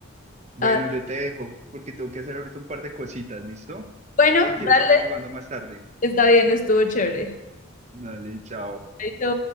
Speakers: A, on the right; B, on the left.
A: Bueno,
B: Ah,
A: yo te dejo porque tengo que hacer ahorita un par de cositas, ¿listo?
B: bueno,
A: Si quieres,
B: dale,
A: seguimos jugando más tarde.
B: está bien, estuvo chévere.
A: Dale, chao.
B: Chaito.